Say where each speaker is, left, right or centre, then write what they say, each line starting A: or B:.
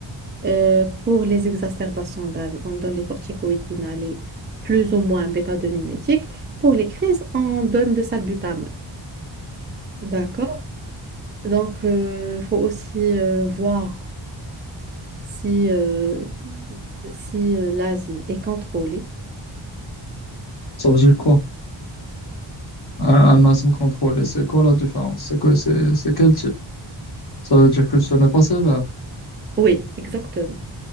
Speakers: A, on the right; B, on the left.
A: euh, pour les exacerbations d'asthme, on donne les corticoïdes inhalés, plus ou moins bêta 2 mimétiques. Pour les crises, on donne le salbutamol. D'accord? Donc, il faut aussi euh, voir si, euh, si euh, l'asthme est contrôlé.
B: Ça veut dire quoi? Un, un asthme contrôlé, c'est quoi la différence? C'est que, c'est, c'est quel type? Ça veut dire que ce n'est pas sévère,
A: Oui, exactement.